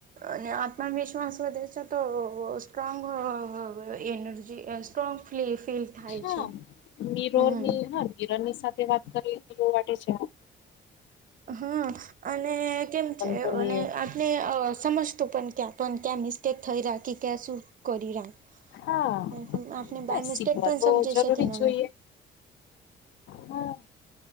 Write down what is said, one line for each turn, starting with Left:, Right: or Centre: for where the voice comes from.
Right: અને આત્મવિશ્વાસ વધે છે, તો સ્ટ્રોંગ અ-એનર્જી સ્ટ્રોંગફ્લી ફીલ થાય
Left: હા,
Right: છે
Left: મીરરની
Right: હમ
Left: હા, મીરરની સાથે વાત કર માટે છે આ
Right: હ, અને કેમ છે
Left: બોલીએ
Right: અને આ ને અ સમસ્તું પણ ક્યાં પણ ક્યાં મિસ્ટેક થઈ રાખી કે શું? કરી ના
Left: હા
Right: હું હું આપને બાય
Left: હા
Right: મિસ્ટેક
Left: શીખવા
Right: પણ
Left: તો
Right: સમજે
Left: જરૂરી
Right: છે તેના
Left: જ જોઈએ હા